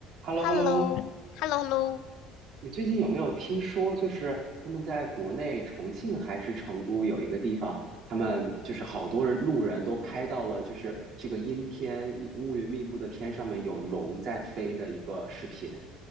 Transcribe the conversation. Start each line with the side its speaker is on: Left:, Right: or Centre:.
Right: h e l l o
Left: h
Right: h
Left: e
Right: e l
Left: l
Right: l
Left: l
Right: o
Left: o h e l l o h e l l o
Right: 你最近有没有听说，就是他们在国内重庆还是成都有一个地方，他们就是好多人路人都拍到了，就是这个阴天一乌云密布的天上面有龙在飞的一个视频。